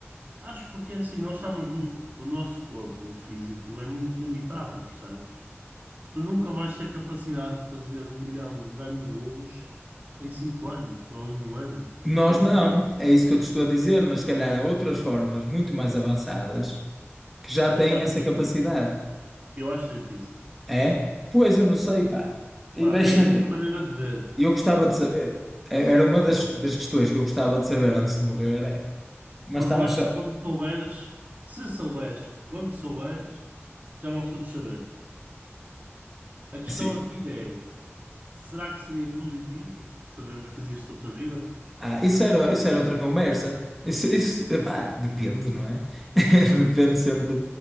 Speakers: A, on the right; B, in the centre.
A: Acho porque assim, nós estamos, mu- o nosso corpo físico é muito limitado, percebes? Tu nunca vais ter capacidade de fazer um milhão de anos de luz em cinco anos ou em um ano.
B: Nós
A: Isso é impossível.
B: não, é isso que eu te estou a dizer, mas se calhar há outras formas muito mais avançadas que já têm
A: Eu acho
B: essa
A: difícil.
B: capacidade.
A: Eu acho difícil.
B: É? Pois eu não sei, pá. E
A: Pá,
B: deixa...
A: é a minha
B: e
A: maneira de ver.
B: Eu gostava de saber. É- Era uma das,
A: Pois.
B: das questões que eu gostava de saber antes de morrer. É. Mas
A: Mas
B: estamos
A: eu acho
B: só.
A: que quando souberes, se souberes, quando souberes, já vamos todos saber. A questão
B: Sim.
A: aqui é, será que seria positivo? Sabemos que existe outra vida?
B: Ah, isso era, isso era outra conversa. Isso, isso, epá, depende, não é? <laughs> Depende sempre,